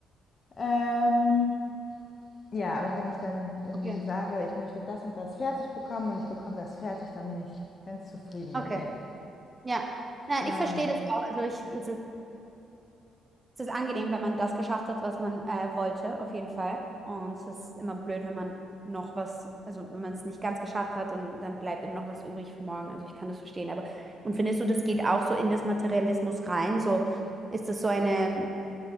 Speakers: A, on the left (about 40°); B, on the right (about 20°).
A: Ähm, ja, aber wenn ich dann irgendwie
B: okay,
A: sage, ich möchte das und das fertig bekommen und ich bekomme das fertig, dann bin ich ganz zufrieden
B: okay.
A: mit mir.
B: Ja. Nein,
A: Ähm,
B: ich verstehe das auch. Also ich, es ist Es ist angenehm, wenn man das geschafft hat, was man äh, wollte, auf jeden Fall. Und es ist immer blöd, wenn man noch was, also wenn man es nicht ganz geschafft hat und dann bleibt immer noch was übrig für morgen. Also ich kann das verstehen. Aber und findest du, das geht auch so in das Materialismus rein? So ist das so eine,